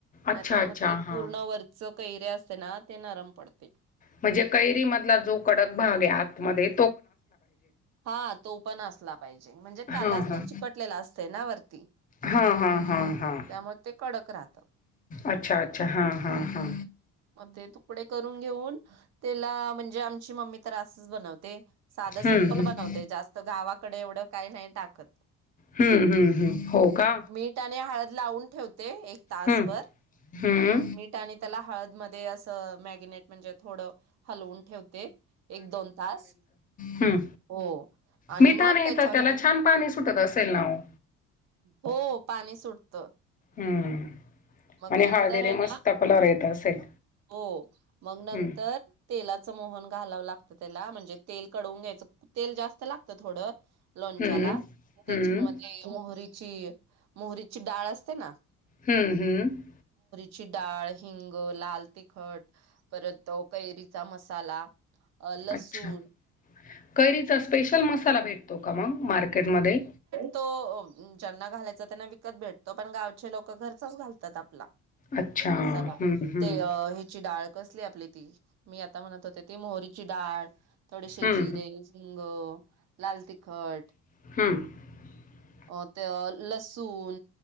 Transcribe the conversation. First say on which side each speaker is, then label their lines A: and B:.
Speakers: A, on the left; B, on the right.
A: अच्छा
B: नाहीतर
A: अच्छा
B: मग ते
A: हां
B: पूर्ण वरच कैरी असतेना ते नरम पडते.
A: म्हणजे कैरी मधला जो कडक भाग आहे आ मध्ये
B: हा तो पण असला पाहिजे, म्हणजे
A: हां
B: त्यालाच
A: हां
B: ते चिकटलेलं असतय ना वरती
A: हां हां हां हां
B: त्यामुळे ते कडक राहतं.
A: अच्छा अच्छा हां हां हां
B: मध्ये तुकडे करून घेऊन तेला म्हणजे आम ची मम्मी तर असच बनवते. साधं
A: हम्म
B: सिमपल
A: हम्म
B: बनवते जास्त गावाकडे एवढं काही नाही टाकत.
A: हम्म हम्म हम्म हो का
B: मी हळद लावून ठेवते एक तासभर
A: हम्म हम्म
B: मीठ आणि त्याला हळद ते असं मॅगिनेट म्हणजे थोडं हलवून ठेवते एक दोन तास
A: हम्!
B: हो आणि
A: मिठा
B: मग
A: नाही
B: त्याच्यानंतर
A: तर त्याला छान पाणी सुटत असेल ना ओ?
B: हो पाणी सुटतं.
A: हम्म
B: मग
A: आणि
B: नंतर
A: हळदीने
B: आहे ना,
A: मस्त कलर येत असेल
B: हो मग नंतर
A: हम्म
B: तेलाच मोहन घालावं लाग त्याला म्हणजे तेल कडवून घ्यायचं, तेल जास्त लागतं थोडं! लोणच्याला
A: हम्म
B: त्याच्यामध्ये
A: हम्म
B: मोहरी ची मोहरीची डाळ असते ना?
A: हम्म हम्म!
B: ची डाळ, हिंग, लाल तिखट, परत कैरीचा मसाला अ लसुून
A: अच्छा कैरीचा स्पेशल मसाला भेटतो. का मग मार्केटमध्ये
B: तो अ ज्यांना घालायचा त्यांना विकत भेटतो पण गावचे लोकं घरचाच घालतात आपला.
A: अच्छा
B: मसाला,
A: हम्म हम्म
B: ते ह्याची डाळ कसली आपली ती मी आता म्हणत होते, ती मोहरीची डाळ थोडेसे
A: हं,
B: जिरे, हिंग लाल तिखट
A: हम!
B: अ ते लसूण